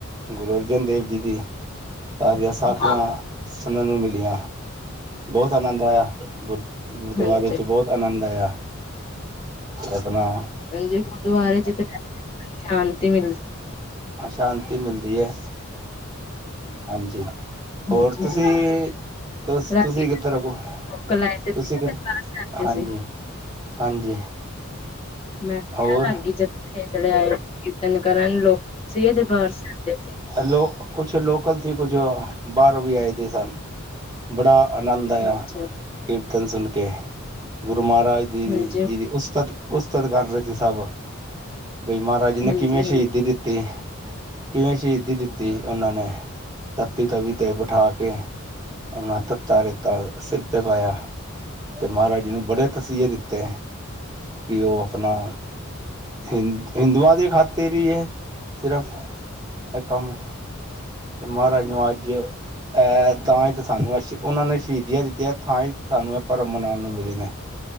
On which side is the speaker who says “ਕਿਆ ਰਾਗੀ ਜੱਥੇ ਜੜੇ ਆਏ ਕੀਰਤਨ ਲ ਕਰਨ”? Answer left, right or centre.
Left